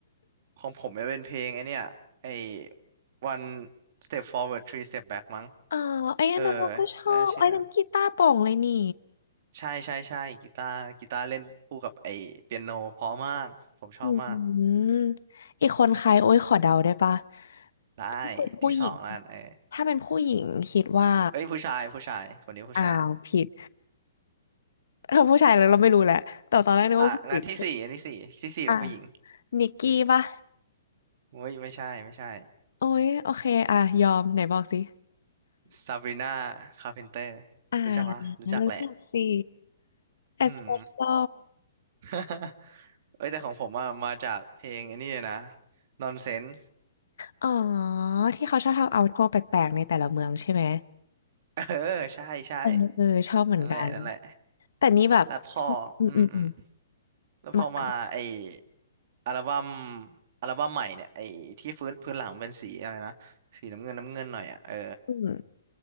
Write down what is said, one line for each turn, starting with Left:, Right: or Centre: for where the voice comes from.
Right: ของผมจะเป็นเพลงไอเนี่ย ไอ one step forward three step back มั้ง
Left: <laughs> อ๋อไอ้อันนั้นเราก็ชอบไอ้นั้นกีตาร์โปร่งเลยนี่
Right: เออ น่าเชื่อนั้น ใช่ใช่ใช่กีตาร์กีตาร์เล่นคู่กับไอเปียโนเพราะมากผมชอบมาก
Left: อืมออีกคนใครโอ้ยขอเดาได้ปะ
Right: ได้
Left: ถ้าเป็นผู้หญิง
Right: ที่สองแล้วกันเออ
Left: ถ้าเป็นผู้หญิงคิดว่า
Right: เอ้ยผู้ชายผู้ชายคนนี้ผู้ชาย
Left: อ้าวผิดเออผู้ชายแล้วเราไม่รู้แหละแต่ตอนแรกนึกว่าผู้หญิง
Right: อ่ะงานที่สี่อันที่สี่ที่สี่เป็นผู้หญิง
Left: อ่ะนิกกี้ปะ
Right: เฮ้ยไม่ใช่ไม่ใช่
Left: โอ้ยโอเคอ่ะยอมไหนบอกสิ
Right: ซาบรีนาคาร์เพนเตอร์รู้จักปะรู้จักแหละ
Left: อ่ารู้จักสิเอสเปรสโซ่
Right: หืม <laughs> เอ้ยแต่ของผมอ่ะมาจากเพลงไอันนี้เลยนะ Nonsense
Left: อ๋อที่เขาชอบทำเอาท์ดอร์แปลกๆในแต่ละเมืองใช่ไหม
Right: เออใช่ใช่
Left: เออเออชอบเหมือนกัน
Right: นั่นแหละนั่นแหละ
Left: แต่นี่แบบ
Right: แล้วพออืมอืม
Left: อืมอืมอืม
Right: แล้วพอมาไอ
Left: มาก่อน
Right: อัลบั้มอัลบั้มใหม่เนี่ยไอที่พื้นพื้นหลังเป็นสีอะไรนะสีน้ำเงินน้ำเงินหน่อยอ่ะเออ
Left: อืม